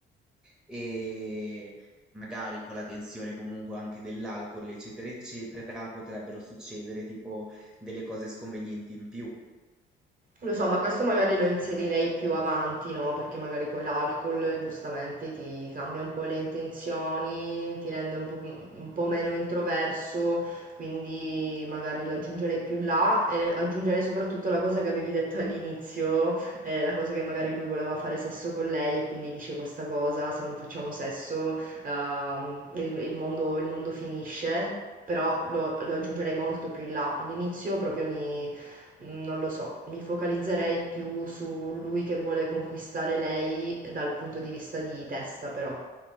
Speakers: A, in the centre; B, on the right.
A: e magari con la tensione comunque anche dell'alcol, eccetera, eccetera, potrebbero succedere tipo delle cose sconvenienti in più.
B: Lo so, ma questo magari lo inserirei più avanti, no? Perché magari poi l'alcol giustamente ti cambia un po' le intenzioni, ti rende un po', un po' meno introverso, quindi magari lo aggiungerei più là e aggiungerei soprattutto la cosa che avevi detto all'inizio, eh, la cosa che magari lui voleva fare sesso con lei e quindi dice questa cosa, se non facciamo sesso, ehm, il, il mondo, il mondo finisce, però lo, lo aggiungerei molto più in là. All'inizio proprio mi Mm, Non lo so, mi focalizzerei più su lui che vuole conquistare lei dal punto di vista di testa, però.